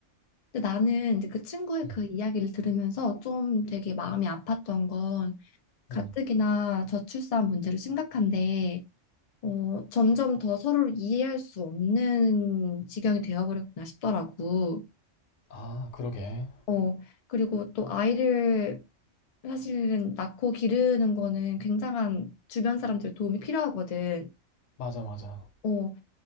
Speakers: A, on the left; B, on the left.
A: 근데 나는 이제 그 친구의
B: 음,
A: 그 이야기를 들으면서 좀 되게 마음이 아팠던 건 가뜩이나
B: 음.
A: 저출산 문제로 심각한데 어, 점점 더 서로를 이해할 수 없는 지경이 되어버렸구나 싶더라고.
B: 아, 그러게.
A: 어, 그리고 또 아이를 사실은 낳고 기르는 거는 굉장한 주변 사람들 도움이 필요하거든.
B: 맞아, 맞아.
A: 어,